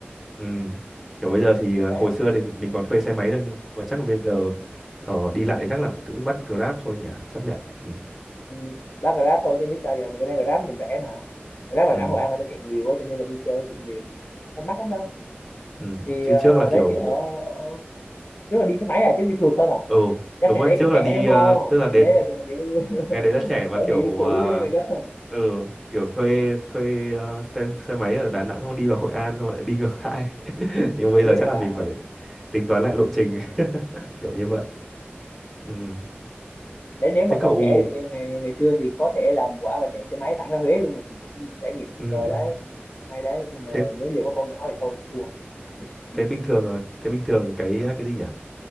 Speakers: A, in the centre; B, on the left.
A: Ừ. Kiểu bây giờ thì ờ,
B: Đấy.
A: hồi xưa thì mình còn thuê xe máy được nhưng mà chắc là bây giờ ờ, đi lại chắc là cứ bắt Grab thôi nhỉ, chấp nhận. Ừ.
B: Ừ. Bác Grab thôi chứ biết sao giờ bữa nay Grab cũng rẻ mà. Grab Đà
A: Ừ.
B: Nẵng Hội An người ta chạy nhiều quá cho nên là vui chơi cũng nhiều. Không mắc lắm đâu.
A: Ừ.
B: thì
A: Chứ
B: ờ,
A: trước là
B: đấy
A: kiểu
B: thì ở, ở trước là đi xe máy à chứ đi phượt không à
A: ừ
B: chắc
A: đúng
B: ngày
A: rồi,
B: đấy
A: trước
B: cũng
A: là
B: trẻ
A: đi
B: đúng không
A: ờ, tức là
B: ngày
A: đến
B: đấy là cũng kiểu <laughs>
A: ngày đấy là trẻ mà
B: gỡ
A: kiểu
B: người yêu cũ
A: ờ,
B: đi mày cơ
A: ừ kiểu thuê thuê ờ, thuê xe máy ở Đà Nẵng xong đi vào Hội An xong lại đi ngược lại. <laughs> Nhưng
B: đấy
A: bây giờ chắc
B: à.
A: là mình phải tính toán lại lộ trình <laughs> kiểu như vậy. Ừ.
B: đấy nếu mà
A: Thế cậu
B: còn trẻ được như ngày ngày xưa thì có thể làm quả và chạy xe máy thẳng ra Huế luôn là cũng trải nghiệm tuyệt
A: ừ,
B: vời
A: ừ.
B: đấy hay đấy nhưng mà
A: Thế
B: nếu giờ có con nhỏ thì thôi thua <laughs> chịu
A: thế bình thường ờ, thế bình thường cái cái gì nhỉ?